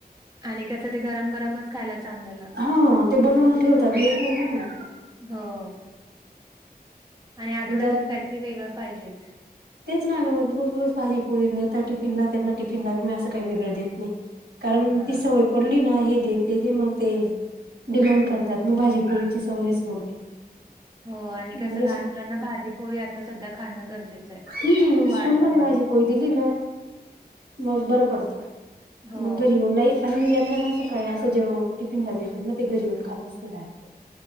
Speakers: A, on the right; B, on the right.
A: आणि कसं ते गरम गरमच खायला चांगलं लागतं.
B: हा ते बनवून ठेवता, येत नाही ना म.
A: हो. आणि आठवड्यातून
B: म्हणजे
A: काहीतरी वेगळं पाहिजेच.
B: तेच नाही बाबा मग रोज-रोज भाजी पोळी न देता टिफिनला त्यांना टिफिनला मी असं काही वेगळं देत नाही. कारण
A: हा
B: ती सवय पडली ना, हे दे ते दे मग ते डिमांड करतात मग भाजीपोळीची सवयच मोडते.
A: हो आणि कसं
B: मग
A: लहान मुलांना भाजीपोळी आता सध्या खाणं गरजेचं आहे.
B: हम्म,
A: वाढतं
B: स्कूलमध्येध्ये
A: वय
B: माझी पोळी दिली ना, मग बरं पडत,
A: हो
B: मग घरी येऊन नाही आणि मी यांना ना सकाळी असं जेव टिफिनला दि त्यांना ते घरी येऊन खातच नाही डायरेक्ट.